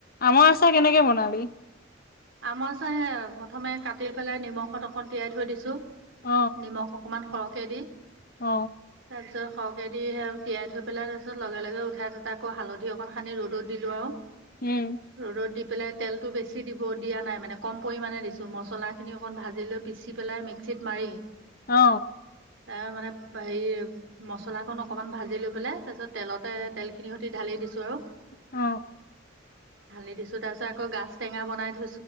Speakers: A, on the left; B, on the right.
A: আমৰ আচাৰ কেনেকে বনালি?
B: আমৰ আচাৰ সেয়া প্ৰথমে কাটি পেলাই নিমখত অকণ তিয়াই থৈ দিছো।
A: অ
B: নিমখ অকমান সৰহকে দি,
A: অ
B: তাৰপিছত সৰহকে দি স তিয়াই থৈ পেলাই তাৰপিছত লগে লগে উঠাই <unintelligible> আকৌ হালধি অকন সানি ৰ'দত দিলোঁ আৰু।
A: উম
B: ৰ'দত দি পেলাই তেলটো বেছি দি। দিয়া নাই মানে কম পৰিমাণে দিছো মছলাখিনি অকণ ভাজি লৈ পিছি পেলাই মিক্সিত মাৰি।
A: অ।
B: এ মানে হেৰি মচলা কন অকনমান ভাজি লৈ পেলাই তাৰপিছত তেলতে তেলখিনিৰ সৈতে ঢালি দিছো আৰু ঢালি
A: অ
B: দিছো তাৰপিছত আকৌ গাজ টেঙা বনাই